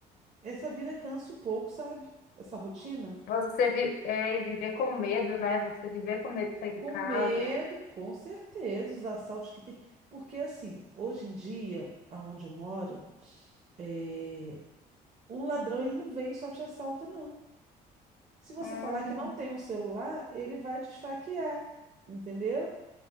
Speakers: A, on the right; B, on the left.
A: essa vida cansa um pouco, sabe? Essa rotina.
B: Você vi, é, e viver com medo, né? Você viver com medo de sair de
A: Com
B: casa.
A: medo, com certeza, os assaltos que tem. Porque, assim, hoje em dia, aonde eu moro, é... o ladrão ele não vem e só te assalta, não. Se você
B: Hum,
A: falar que não tem um celular, ele vai te esfaquear, entendeu?